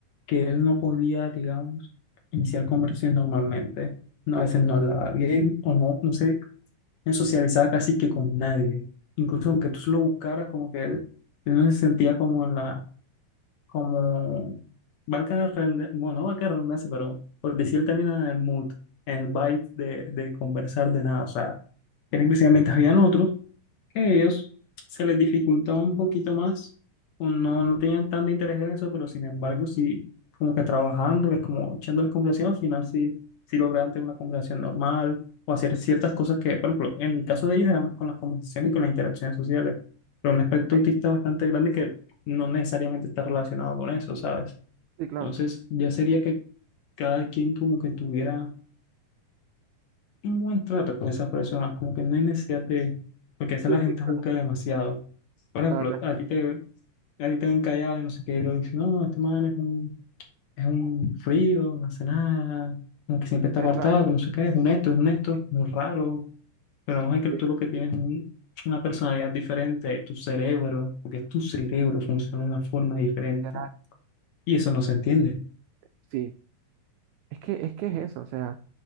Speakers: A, on the left; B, on the right.
A: que él no podía, digamos, iniciar conversaciones normalmente. No, a veces no hablaba bien o no, no sé, no socializaba casi que con nadie. Incluso aunque tú lo buscaras, como que él, él no se sentía como en la, como valga la redundancia, bueno, no valga la redundancia, pero por decir el término en el mood, en el vibe de, de conversar de nada, o sea, eran precisamente, habían otros que a ellos se les dificultaba un poquito más, o no, no tenían tanto interés en eso, pero sin embargo sí, como que trabajándoles, como echándoles conversación, al final sí, sí lograban tener una conversación normal, o hacer ciertas cosas que, por ejemplo, en el caso de ellos era más con las conversaciones y con las interacciones sociales, pero un aspecto
B: que,
A: autista bastante grande que no necesariamente está relacionado con eso, ¿sabes?
B: sí, claro.
A: Entonces, ya sería que cada quien como que tuviera un buen trato con esas personas, como que no hay necesidad de, porque a veces
B: Sí,
A: la gente
B: sí, claro.
A: juzga demasiado. Por ejemplo,
B: La verdad
A: a ti te, a ti te ven callado y no sé qué, y lo dicen, no, este man es un, es un frío, no hace nada, como que siempre está
B: es
A: apartado,
B: raro.
A: que no sé qué, es un esto, es un esto,
B: <laughs>
A: muy raro, pero vamos a ver que
B: Este,
A: tú lo que tienes es un- una personalidad diferente, tu cerebro, porque tu cerebro funciona de una forma diferente,
B: literal,
A: y eso no se entiende.
B: Sí, es que, es que es eso, o sea,